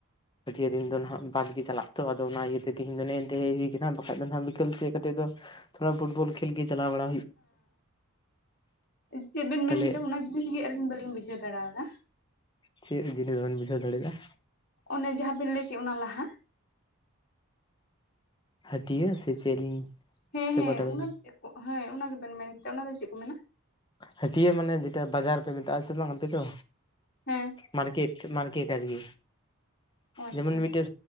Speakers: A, on the left; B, on the left.
A: ᱦᱟᱹᱴᱭᱟᱹ ᱫᱤᱱ ᱫᱚ ᱱᱟᱦᱟᱜ ᱵᱟᱫ ᱜᱮ ᱪᱟᱞᱟᱜ ᱛᱚ ᱟᱫᱚ ᱚᱱᱟ ᱤᱭᱟᱹᱛᱮ ᱛᱮᱦᱧ ᱫᱚ ᱦᱮᱜᱼᱮ ᱚᱱᱛᱮᱦᱮᱸᱜ ᱦᱩᱭ ᱠᱟᱱᱟ᱾ ᱵᱟᱠᱷᱟ ᱫᱚ ᱱᱟᱜ ᱵᱤᱠᱮᱞ ᱥᱮᱮᱫ ᱠᱟᱛᱮᱜ ᱫᱚ ᱛᱷᱚᱲᱟ ᱯᱷᱩᱴᱵᱚᱞ ᱠᱷ ᱜᱮ ᱪᱟᱞᱟᱣ ᱵᱟᱲᱟᱜ
B: ᱦᱮᱸ ᱪᱮᱫ ᱵᱮᱱ ᱢᱮᱱ
A: ᱛᱟᱦᱚᱞᱮ
B: ᱠᱮᱫᱟ ᱚᱱᱟᱜᱤ ᱵᱩᱡ ᱜᱮ ᱟᱞᱤᱧ ᱵᱟᱹᱞᱤᱧ ᱵᱩᱡᱷᱟᱹᱣ ᱫᱟᱲᱮᱟ ᱫᱟ᱾
A: ᱪᱮᱫ ᱡᱤᱱᱤᱥ ᱵᱟᱵᱤᱱ ᱵᱩᱡᱷᱟᱹᱣ ᱫᱟᱲᱮᱭᱟᱫᱟ?
B: ᱚᱱᱮ ᱡᱟᱦᱟᱸ ᱵᱤᱱ ᱞᱟᱹᱭ ᱠᱮᱜ ᱚᱱᱟ ᱞᱟᱦᱟ?
A: ᱦᱟᱹᱴᱤᱭᱟᱹ ᱥᱮ ᱪᱮᱜ ᱞᱤᱧ
B: ᱦᱮᱸᱻᱦᱮᱸᱻᱚᱱᱟ
A: ᱥᱮ ᱚᱠᱟᱴᱟᱜ ᱵᱮᱱ
B: ᱫᱚ ᱪᱮᱫ ᱠᱚ ᱦᱮᱸ ᱚᱱᱟ ᱜᱮᱵᱮᱱ ᱢᱮᱱ ᱠᱮᱫᱟ ᱚᱱᱟ ᱫᱚ ᱪᱮᱫ ᱠᱚ ᱢᱮᱱᱟ?
A: ᱦᱟᱹᱴᱤᱭᱟᱹ ᱢᱟᱱᱮ ᱡᱮᱴᱟ ᱵᱟᱡᱟᱨ ᱯᱮ ᱢᱮᱛᱟᱜᱼᱟ, ᱥᱮ ᱵᱟᱝ? ᱟᱯᱮ ᱫᱚ
B: ᱦᱮᱸ
A: ᱢᱟᱨᱠᱮᱴ ᱢᱟᱨᱠᱮᱴ ᱟᱨᱠᱤ
B: ᱚ ᱟᱪᱪᱷᱟ
A: ᱡᱮᱢᱚᱱ ᱢᱤᱫᱴᱮᱱ